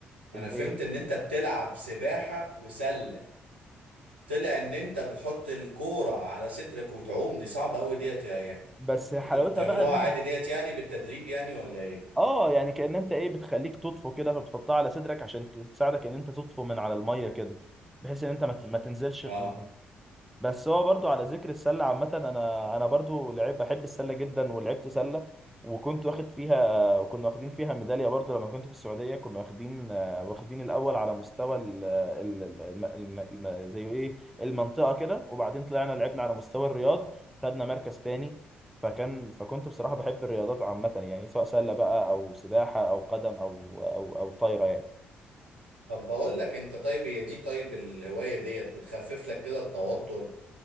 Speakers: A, on the right; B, in the centre.
A: انا
B: الايه
A: فهمت ان انت بتلعب سباحه وسله طلع ان انت بتحط الكوره على صدرك وتعوم دي صعبه قوي ديت يا- يعني
B: بس حلاوتها
A: انتوا كنتوا بتعملوها
B: بقى ان انت
A: عادي ديت يعني بالتدريب يعني ولا ايه
B: اه يعني كأن انت ايه بتخليك تطفو كده فبتحطها على صدرك عشان تساعدك ان انت تطفو من على الميه كده بحيث ان انت ما ت- ما تنزلش
A: اه
B: في الميه بس هو برضو على ذكر السله عامه انا انا برضو لعيب بحب السله جدا ولعبت سله وكنت واخد فيها وكنا واخدين فيها ميداليه برضو لما كنت في السعوديه كنا واخدين آه، واخدين الاول على مستوى ال ال ال الم- الم- الم- زي ايه المنطقه كده وبعدين طلعنا لعبنا على مستوى الرياض خدنا مركز تاني فكان فكنت بصراحه بحب الرياضات عامه يعني سواء سله بقى او سباحه او قدم او او او طايره يعني
A: طب بقول لك انت طيب هي دي طيب الهوايه ديت بتخفف لك كده التوتر